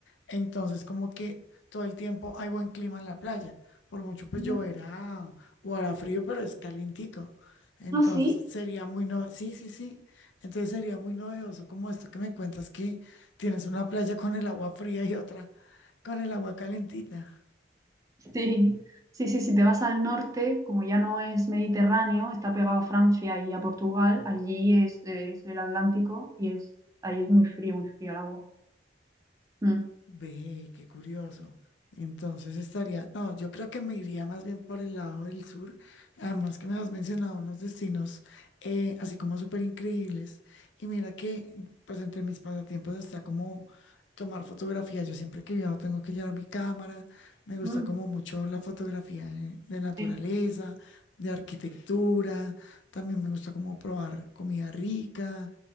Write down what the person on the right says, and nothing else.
mm.
Ah, sí.
Sí, sí, sí, si te vas al norte, como ya no es Mediterráneo, está pegado a Francia y a Portugal, allí es, es el Atlántico y es, ahí es muy frío, muy frío el agua. Mm.
Mm,
sí.